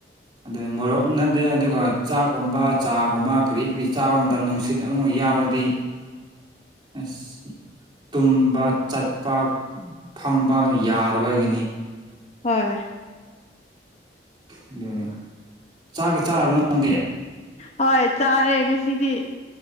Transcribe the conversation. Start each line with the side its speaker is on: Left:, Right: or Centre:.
Right: ꯑꯗꯨ ꯃꯣꯔꯣꯛ ꯅꯠꯇ ꯑꯗꯨꯒ ꯆꯥꯛꯀꯨꯝꯕ ꯆꯥꯒꯨꯝꯕ ꯀꯔꯤ ꯀꯔꯤ ꯆꯥꯕ ꯃꯇꯝꯗ ꯅꯨꯡꯁꯤꯠ ꯑꯃꯨꯛ ꯌꯥꯎꯔꯗꯤ ꯑꯁ ꯇꯨꯝꯕ ꯆꯠꯄ ꯐꯝꯕ ꯌꯥꯗꯕꯒꯤꯅꯤ
Left: ꯍꯣꯏ
Right: ꯑꯗꯨꯅꯦ ꯆꯥꯛꯇꯤ ꯆꯥꯔꯕ꯭ꯔꯥ ꯅꯪꯗꯤ?
Left: ꯍꯣꯏ ꯆꯥꯔꯦ ꯉꯁꯤꯗꯤ